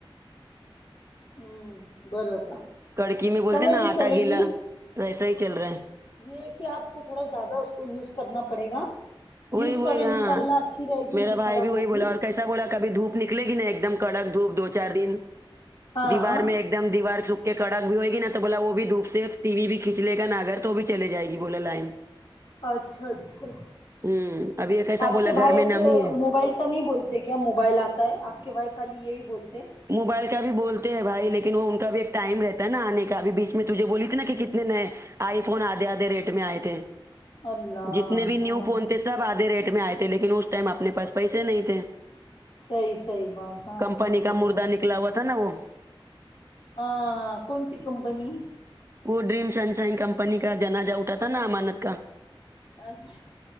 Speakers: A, on the left; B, on the right.
A: ہوں برابر
B: کڑکی میں بولتے
A: چلے
B: ہیں نا
A: گی
B: آٹا
A: چلے
B: گیلا
A: گی
B: ویسا ہی چل رہا ہے
A: یہ کہ آپ کو تھوڑا زیادہ اس کو یوز کرنا پڑے گا
B: وہی
A: یوز
B: وہی
A: کرو
B: ہاں
A: انشاء اللہ اچھی رہے گی
B: میرا
A: نہیں
B: بھائی
A: خراب
B: بھی وہی
A: ہوگی
B: بولا اور کیسا بولا کب دھوپ نکے گیا ایک دم کڑک دھپ دھو چار دن
A: ہاں
B: دیوار
A: ہاں
B: میں ایک دم دیوار سک کہ کڑک بھی ہوئے گی نا تو بولا وہ بھی دھوپ سے ٹی وی بھی کھینچ لے گا نا اگر تو وہ بھی چلے جائے گی بولا لائن
A: اچھا اچھا
B: ہوں ابھی ایک ایسا
A: آپ
B: بولا
A: کے
B: گھر
A: بھائی
B: میں
A: ایسے
B: نمی ہے
A: موبائل تو نہیں بولتے کیا موبائل آتا ہے آپ کے بھائی خالی یہی بولتے
B: موبائل کا بھی بولتے ہیں بھائی لیکن وہ ان کا بھی ایک ٹائم رہتا ہے نا آنے کا ابھی بیچ میں تجھے بولی تھی نا کہ کتنے نئے آئی فون آدھے آدھے ریٹ میں آئے تھے
A: اللہ
B: جتنے بھی نیو
A: ہاں
B: فون
A: ہاں
B: تھے سب آدھے ریٹ میں آئے تھے لیکن اس ٹائم اپنے پاس پیسے نہیں تھے
A: سحی صحی بات ہاں
B: کمپنی
A: ہاں
B: کا
A: بابا
B: مردہ نکلا ہوا تھا نا وہ
A: ہاں کون سی کمپنی
B: وہ ڈریم شن شائن کمپنی کا جناجہ اٹھا تھا نا امانت کا
A: اچھا